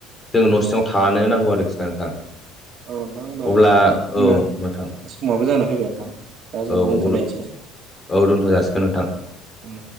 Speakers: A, on the left; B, on the right.
A: जों न' सिङाव थानो नांगौ आरोखि ना नोंथां
B: औ नोंथां होमबा
A: अब्ला
B: जोंना
A: औ नोंथां
B: समाबो जानानै फैबाय नोंथां दा जों
A: औ
B: दोनथ'लायनोसै
A: औ दोनथ' जासिगोन नोंथां
B: उ